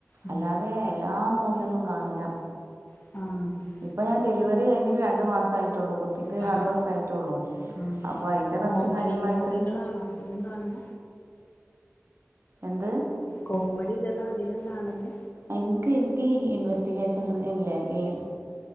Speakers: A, on the left; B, on the right.
A: ഉം.
B: അല്ലാതെ എല്ലാ മൂവിയൊന്നും കാണൂല.
A: ആഹ്.
B: ഇപ്പോ ഞാൻ ഡെലിവറി കഴിഞ്ഞിട്ട് രണ്ട് മാസാ ട്ടൊള്ളു. കുട്ടിക്ക്
A: ആഹ്
B: അറുവത് സായിട്ടൊള്ളൂ.
A: ആഹ്
B: അപ്പൊ അതിന്റെ
A: കോമഡി
B: റസ്റ്റും കാര്യങ്ങള്വായിട്ട്
A: മൂവികളാണോ അധികം കാണേ?
B: എന്ത്?
A: കോമഡി ഇല്ലതാ അധികം കാണല്?
B: എൻക്ക് ഇൻക്കീ ഇൻവെസ്റ്റിക്കേഷൻ ഇല്ലേ ഈ